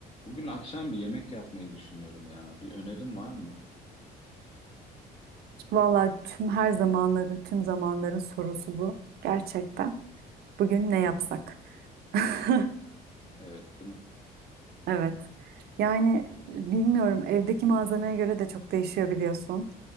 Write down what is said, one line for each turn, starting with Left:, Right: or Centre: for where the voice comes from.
Left: Bugün akşam bir yemek yapmayı düşünüyorum ya. Bir önerin var mı?
Right: Vallahi tüm her zamanların, tüm zamanların sorusu bu. Gerçekten. Bugün ne yapsak? <laughs>
Left: Evet, değil mi?
Right: Evet. Yani bilmiyorum evdeki malzemeye göre de çok değişiyor biliyorsun.